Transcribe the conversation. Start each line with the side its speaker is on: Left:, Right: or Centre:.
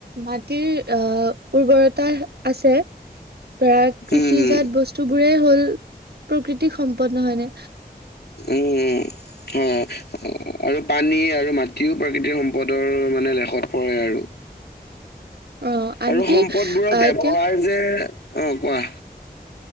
Right: মাটিৰ আহ উৰ্বৰতা আছে। ধৰা কৃষিজাত
Left: উম উম
Right: বস্তু বোৰেই হ'ল প্ৰকৃতিৰ সম্পদ নহয় নে?
Left: এই হেই হয় আৰু পানী আৰু মাটিও প্ৰাকৃতিক সম্পদৰ মানে মানে লয় শট পৰে আৰু
Right: অ আনকি
Left: আৰু সম্পদবোৰৰ
Right: আহ
Left: ব্যৱহাৰ
Right: এতিয়া
Left: যে অ' কোৱা।